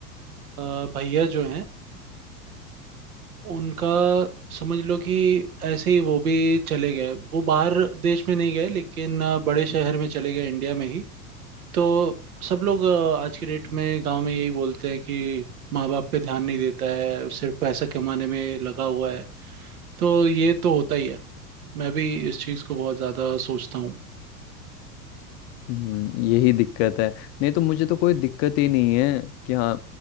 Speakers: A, on the right (about 65°); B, on the left (about 35°).
A: अ, भैया जो हैं उनका समझ लो कि ऐसे ही वो भी चले गए वो बाहर देश में नहीं गए लेकिन अ, बड़े शहर में चले गए इंडिया में ही तो सब लोग अ, आज की डेट में गांव में यही बोलते हैं कि माँ बाप पे ध्यान नहीं देता है सिर्फ पैसा कमाने में लगा हुआ है तो ये तो होता ही है मैं भी इस चीज़ को बहुत ज़्यादा सोचता हूँ
B: हम्म यही दिक्कत है नहीं तो मुझे तो कोई दिक्कत ही नहीं है कि हाँ